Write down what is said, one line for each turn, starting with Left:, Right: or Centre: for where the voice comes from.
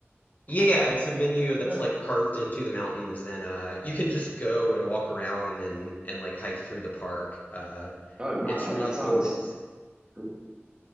Left: Yeah, it's a venue that's
Right: Yeah.
Left: like carved into the mountains, and uh, you can just go and walk around and and like hike through the park. Uh,
Right: Oh man,
Left: it's
Right: that,
Left: really
Right: that sounds
Left: cool, and it's
Right: cool.